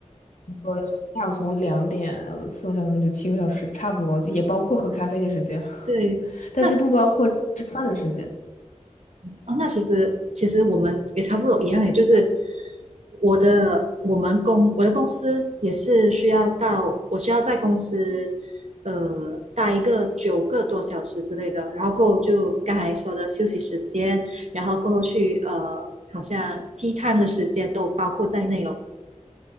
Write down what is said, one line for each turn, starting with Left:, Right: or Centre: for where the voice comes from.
Left: 我下午从两点四个小时就七个小时，差不多，也包括喝咖啡的时间，<laughs>
Right: 对，
Left: 但是不包括吃饭的时间。
Right: 那哦，那其实其实我们也差不多一样诶，就是我的我们公我的公司也是需要到我需要在公司呃待一个九个多小时之类的，然后过后就刚才说的休息时间，然后过后去呃好像 tea time 的时间都包括在内了，